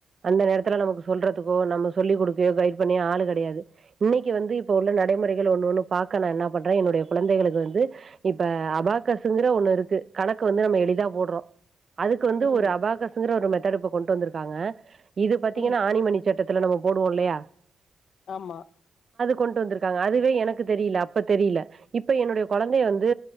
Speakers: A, on the right; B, on the left.
A: அந்த நேரத்துல நமக் சொல்றதுக்கோ நம்ம சொல்லிக் கொடுக்க கைட் பண்ணி ஆள் கடையாது இன்னைக்கி வந்து இப் இப்ப உள்ள நடைமுறைகள் ஒண்ணு ஒண்ணு பாக்க நா என்ன பண்றேன் என்னுடைய கொழந்தைகளுக்கு வந்து இப்ப அபாக்கஸ்சுங்கிற ஒண்ணு இருக்கு கணக்கு வந்து நம்ம எளிதா போட்றோம் அதுக்கு வந்து
B: ம்
A: ஒரு அபாகஸ்ங்கிற ஒரு மெத்தடு கொண்டு வந்துருக்காங்க இது பாத்தீங்கன்னா
B: ம்
A: ஆணிமணி சட்டத் த்துல நம்ம போடுவோம் இல்லயா
B: ஆமா
A: கொண்டு வந்துருக்காங்க அதுவே எனக்கு தெரியில அப்ப தெரிபில இப்ப என்னுடைய கொழந்தைய வந்து